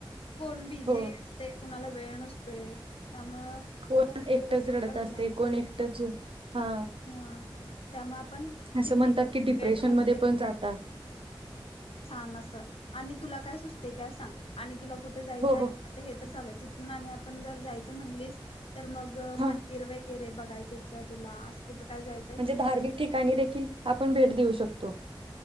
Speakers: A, on the left; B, on the right.
A: कोण बिझी
B: हो
A: असतय कुणाला वेळ नसतोय त्यामुळं
B: कोण एकटच
A: एवढं काही
B: रडत
A: करत
B: असतय
A: नाही
B: कोण एकटच झू हा.
A: हा त्यामुळे आपण
B: असं
A: तिथे
B: म्हणतात
A: एकत्र
B: की डिप्रेशन
A: वेळ घालवूया
B: मध्ये पण जात
A: छान असं आणि तुला काय सुचते काय सांग आणि तुला कुठं जायचंय?
B: हो हो
A: हे तर चाल तिथून आणि आपण जर जायचं म्हणलीस तर मग
B: हा
A: मंदिर वगैरे बघायचे तर तुला अस कुठ काय जायचं
B: म्हणजे धार्मिक ठिकाणी देखील आपण भेट देऊ शकतो.